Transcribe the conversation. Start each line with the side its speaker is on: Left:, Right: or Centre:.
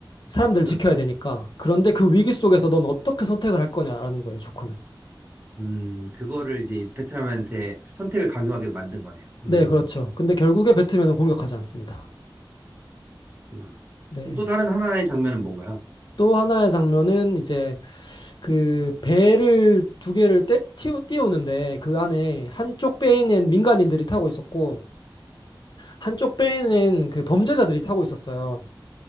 Left: 사람들을
Right: 그렇죠.
Left: 지켜야 되니까. 그런데 그 위기 속에서 넌 어떻게 선택을 할 거냐라는 거예요, 조커는.
Right: 음, 그거를 이제 베트남한테 선택을 강요하게 만든 거네요.
Left: 네,
Right: 음,
Left: 그렇죠. 근데 결국에 배트맨은 공격하지 않습니다.
Right: 그렇구나.
Left: 네.
Right: 그럼 또 다른 하나의 장면은 뭔가요?
Left: 또 하나의 장면은 이제 그 배를 두 개를 떼, 띄우, 띄우는데 그 안에 한쪽 배에는 민간인들이 타고 있었고 한쪽 배에는 그 범죄자들이 타고 있었어요.